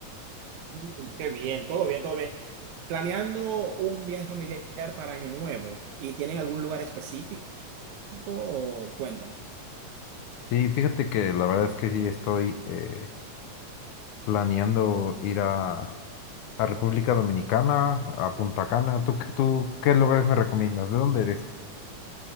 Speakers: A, on the right; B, on the left.
A: Mm, Qué bien, todo bien, todo bien. Planeando un viaje familiar para Año Nuevo, ¿y tienen algún lugar específico? o Cuéntame.
B: Sí, fíjate que la verdad es que sí estoy eh, planeando ir a, a República Dominicana, a Punta Cana. ¿Tú, qué- tú qué lugares me recomiendas? ¿De dónde eres?